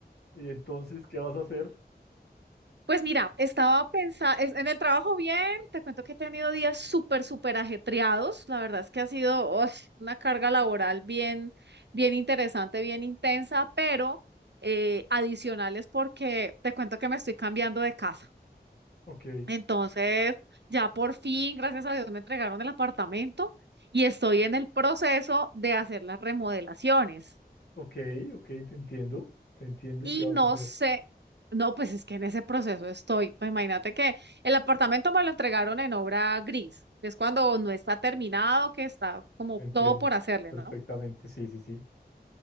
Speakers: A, on the left; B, on the right.
A: ¿Y entonces qué vas a hacer?
B: Pues mira, estaba pensando, en el trabajo bien, te cuento que he tenido días súper, súper ajetreados. La verdad es que ha sido uy, una carga laboral bien, bien interesante, bien intensa, pero eh, adicional es porque te cuento que me estoy cambiando de casa.
A: Ok,
B: Entonces, ya por fin, gracias a Dios, me entregaron el apartamento y estoy en el proceso de hacer las remodelaciones.
A: ok, ok, te entiendo, te entiendo.
B: Y
A: ¿Y qué vas
B: no
A: a hacer?
B: sé, no, pues es que en ese proceso estoy. Pues imagínate que el apartamento me lo entregaron en obra gris, que es cuando no está terminado, que está como
A: Te entiendo
B: todo por hacerle,
A: perfectamente,
B: ¿no?
A: sí, sí, sí.